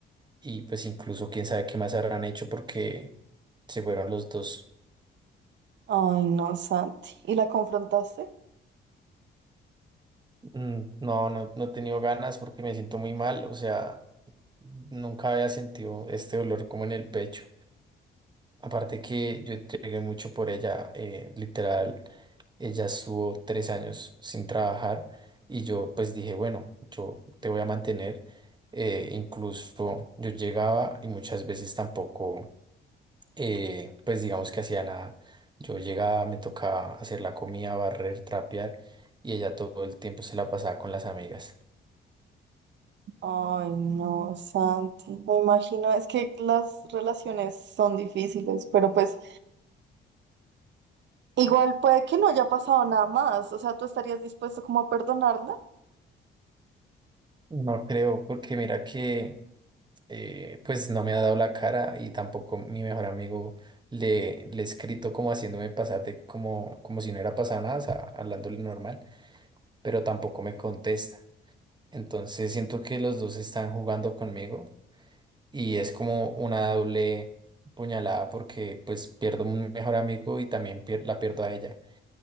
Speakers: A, on the right (about 20°); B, on the right (about 65°).
A: Y pues incluso quién sabe qué más habrán hecho porque se fueron los dos.
B: Ay, no, Santi. ¿Y la confrontaste?
A: Mm, no, no, no he tenido ganas porque me siento muy mal, o sea, nunca había sentido este dolor como en el pecho. Aparte que yo entregué mucho por ella, eh, literal, ella estuvo tres años sin trabajar y yo pues dije, bueno, yo te voy a mantener. Eh, incluso yo llegaba y muchas veces tampoco, eh, pues digamos que hacía nada. Yo llegaba, me tocaba hacer la comida, barrer, trapear y ella todo el tiempo se la pasaba con las amigas.
B: Ay, no, Santi. Me imagino, es que las relaciones son difíciles, pero pues igual puede que no haya pasado nada más. O sea, ¿tú estarías dispuesto como a perdonarla?
A: No creo, porque mira que eh, pues no me ha dado la cara y tampoco mi mejor amigo le, le he escrito como haciéndome pasar de como, como si no era pasado nada, o sea, hablándole normal, pero tampoco me contesta. Entonces siento que los dos están jugando conmigo y es como una doble puñalada porque pues pierdo un mejor amigo y también pier- la pierdo a ella.